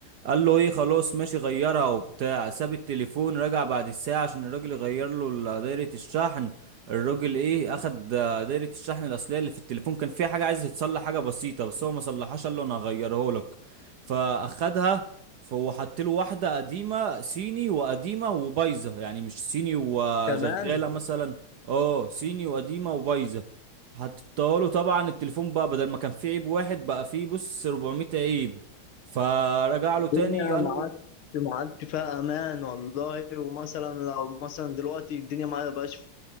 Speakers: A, on the right; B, on the left.
A: قال له ايه خلاص ماشي غيرها وبتاع ساب التليفون رجع بعد الساعة عشان الراجل يغير له ال- دايرة الشحن الراجل ايه اخد آه، دايرة الشحن الاصلية اللي في التليفون كان فيها حاجة عايز يتصلح حاجة بسيطة بس هو ما صلحهاش قال له انا هغيره لك فاخدها فهو حط له واحده قديمه صيني وقديمه وبايظه يعني مش صيني وشغاله
B: تمام
A: مثلا اه صيني وقديمه وبايظه حطيتها له طبعا التليفون بقى بدل ما كان فيه عيب واحد بقى فيه بص 400 عيب فرجع
B: الدنيا
A: له تاني قال
B: ما
A: له
B: عادش ما عادش فيها امان والله ومثلا لو مثلا دلوقتي الدنيا ما بقاش